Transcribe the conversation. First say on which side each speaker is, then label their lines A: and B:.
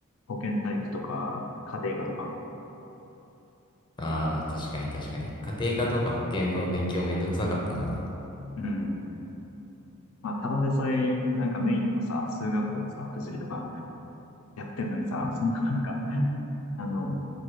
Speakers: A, on the left; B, on the left.
A: 保健体育とか、家庭科とか。
B: ああー、確かに確かに。家庭科とか保険の勉強めんどくさかったな。
A: うん。まあただでさえ、なんかメインのさ、数学とかさ、物理とかやってんのにさ、そんななんか、あの、フ